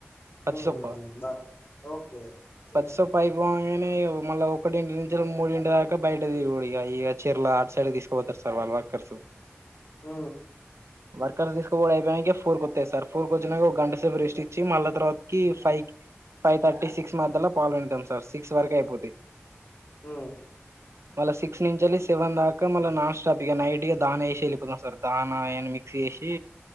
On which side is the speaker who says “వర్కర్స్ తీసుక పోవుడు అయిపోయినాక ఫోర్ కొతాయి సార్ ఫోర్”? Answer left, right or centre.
Right